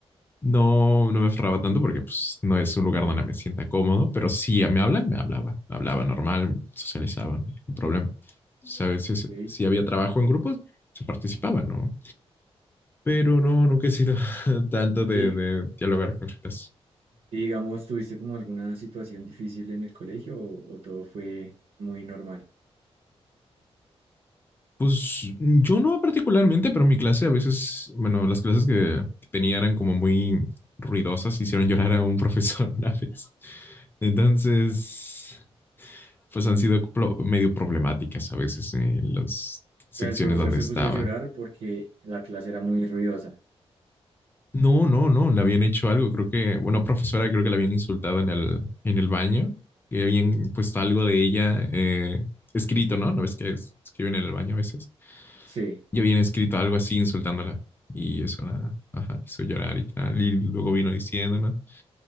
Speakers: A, on the left (about 20°); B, on the right (about 80°).
A: no, no me aferraba tanto porque pues no es un lugar donde me sienta cómodo, pero si me hablan, me hablaba, hablaba normal, socializaba, no hay ningún problema. O sea, a veces
B: Ok,
A: si había trabajo en grupos, se participaba, ¿no? Pero no, nunca he sido <laughs> tanto de,
B: y,
A: de dialogar con gente.
B: Y digamos, ¿tuviste como alguna situación difícil en el colegio o, o todo fue muy normal?
A: Pues yo no particularmente, pero mi clase a veces, bueno, las clases que, que tenía eran como muy ruidosas, hicieron llorar a un profesor <laughs> una vez. Entonces, pues han sido pro- medio problemáticas a veces en las secciones
B: O sea, el profesor
A: donde
B: se
A: estaba.
B: puso a llorar porque la clase era muy ruidosa.
A: No, no, no, le habían hecho algo, creo que, bueno, profesora, creo que la habían insultado en el, en el baño, que habían puesto algo de ella eh, escrito, ¿no? No ves que es- escriben en el baño a veces.
B: Sí,
A: yo había escrito algo así insultándola y eso la ajá, hizo llorar y tal. Y luego vino diciendo, ¿no?